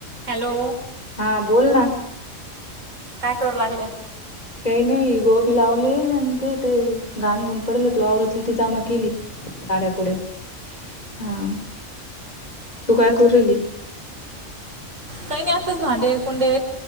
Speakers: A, on the right; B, on the left.
A: Hello
B: हा बोल ना.
A: काय करू लागल्या.
B: ते नाही गोबी लावले आणि काही ते घाण गुण पडल हो त आवरातली ती जामा केली. काड्याकुडे हा. तू काय करू रेली.
A: काही नाही आताच भांडे कुंडे